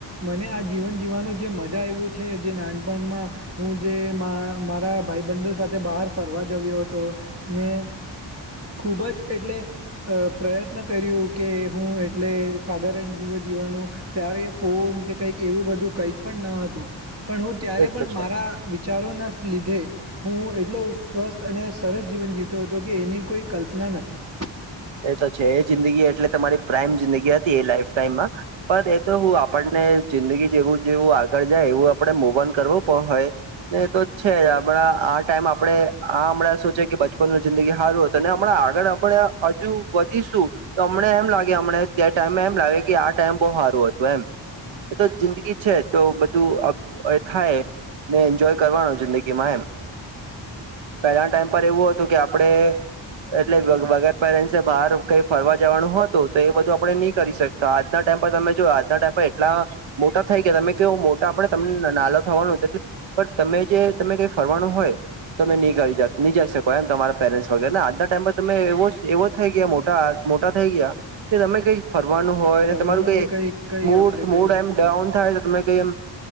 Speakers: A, on the right; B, on the right.
A: મને આ જીવન જીવવાનું જે મજા આવું છે જે નાનપણમાં હું જે મારા ભાઈબંધુ સાથે બહાર ફરવા જવ્યો હતોને ખૂબજ એટલે પ્રયત્ન કર્યુંકે હું એટલે સાધારણ જીવ જીવવાનું ત્યારે ફોન કે કંઈક એવું બધું કંઈક પણ ન હતું પણ હું ત્યારે
B: એ તો
A: પણ
B: છે
A: મારા ચારોના લીધે હું એટલો સ્વસ્થ અને સરસ જીવન જીતો હતો કે એની કોઈ કલ્પના નથી
B: એ તો છે એ જિંદગી એટલે તમારી પ્રાઇમ જિંદગી હતી એ લાઈફ ટાઈમમાં પણ એ તો હું આપણને જિંદગી જેવું જેવું આગળ જાય એવું આપડણે મોવન કરવું હોય એ તો છે જણા આ ટાઈમ આપડે આ હમણાં શું છે કે બચપનનું જિંદગી સારું હતું ત હમણાં આગળ હમણા હજુ વધીશું તો હમને એમ લાગે અમને જે ટાઈમેમાં એમ લાગે કે આ ટાઈમ બહુ સારું હતું એમ <unintelligible> એ તો જિંદગી છે તો બધું થાય ને એન્જોય કરવાનો જિંદગીમાં એમ પહેલા ટાઈમ પર એવું હતું કે આપડે એટલે વગર પેરેન્ટ્સ બહાર કઈ ફરવા જવાનું હતું તો એ બધું આપડે નહી કરી શકતા આજના ટાઈમ પર તમે જો આજના ટાઈમ એટલા મોટા થઈ ગયા તમે કેવું મોટા આપડે તમને નાના થવાનું એટલે પણ તમે જે તમે કઈ ફરવાનું હોય તમે નહી કરીહી જઈ શકો એમ તમારા પેરેન્ટસ વગેરે આજના ટાઈમ પર તમે એવો એવો થઈ ગયા મોટા મોટા થઈ ગયા એ તમે કઈ ફરવાનું હોય
A: ફરવાનું
B: તમારું કઈ
A: બી કઈ
B: મૂડ
A: આપણે
B: મૂડ
A: કરી શકતા
B: એમ ડાઉન
A: નહી
B: થાય તો તમે એમ